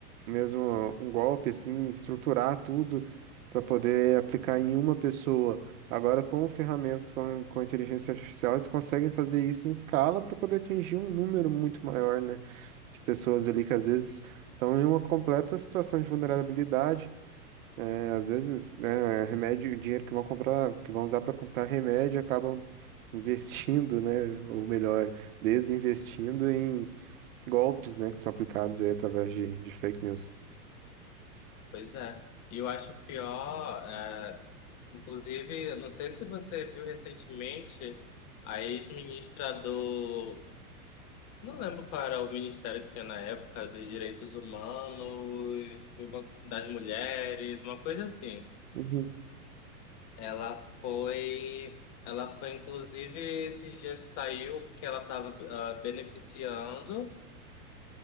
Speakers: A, on the right; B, on the left.
A: mesmo um golpe, assim, estruturar tudo para poder aplicar em uma pessoa. Agora, com ferramentas com, com inteligência artificial, eles conseguem fazer isso em escala para poder atingir um número muito maior, né? de pessoas ali que às vezes estão em uma completa situação de vulnerabilidade. É, às vezes, né, remédio, dinheiro que vão comprar, que vão usar para comprar remédio, acabam investindo, né, ou melhor, desinvestindo em golpes, né, que são aplicados aí através de, de fake news.
B: pois é. E eu acho pior, é, inclusive, eu não sei se você viu recentemente, a ex-ministra do. Não lembro qual era o ministério que tinha na época, dos direitos humanos, uma- das mulheres, uma coisa assim.
A: Uhum,
B: Ela foi, ela foi inclusive esses dias saiu que ela estava beneficiando